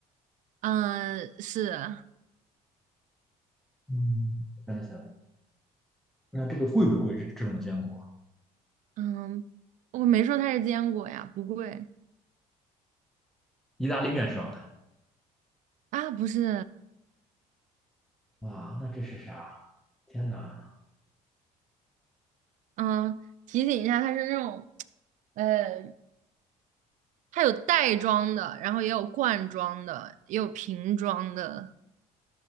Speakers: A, on the right; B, in the centre.
A: 嗯，是，
B: 嗯，想想，那这个贵不贵？这这种坚果，
A: 嗯，我没说它是坚果呀，不贵
B: 意大利面是吧？
A: 啊，不是，
B: 哇，那这是啥？天哪，
A: 嗯，提醒一下，它是那种，呃，它有袋装的，然后也有罐装的，也有瓶装的，